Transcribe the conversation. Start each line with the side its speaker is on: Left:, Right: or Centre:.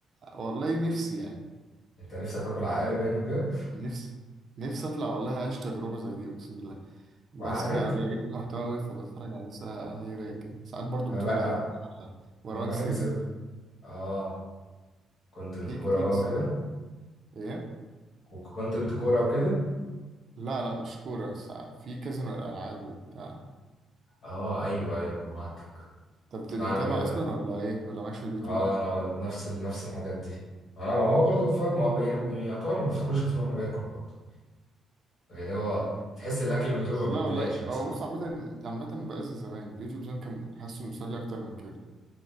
Right: والله نفسي يعني
Left: انت نفسك تاكل عقارب يعني وكده
Right: نفسي نفسي اطلع والله اعيش تجربه زي دي اقسم بالله بس
Left: وعقارب
Right: فانا بلاقي محتوى قوي فبتفرج عليه الصراحه انا ايه رايق كده ساعات برضو
Left: انا
Right: بتفرج
Left: ب... انا
Right: على على مروان
Left: أنا بحب
Right: سري
Left: سر... اه كونتنت
Right: في
Left: كورة
Right: كتير
Left: بقى
Right: الصراحه
Left: وكده
Right: ايه
Left: وكونتنت كورة وكده
Right: لا لا مش كوره ساعات- في كذا من الالعاب وبتاع
Left: اه ايوه ايوه جمعتك
Right: طب بت- بتتابع
Left: لا انا بحب
Right: اصلا ولا ايه ولا مالكش في اليوتيوب
Left: اه انا ب- نفس ال... نفس الحاجات دي انا هو برضه فاهم هو ب- يعني يعتبر ما بفتحوش غير وانا باكل برضه يعني هو
Right: مم.
Left: تحس الاكل من غيره
Right: بس
Left: ما بيتبلعش
Right: لا والله
Left: مثلا
Right: هو بص عامه عامه بقى زي زمان اليوتيوب زمان كان حاسه مسلي اكتر من كده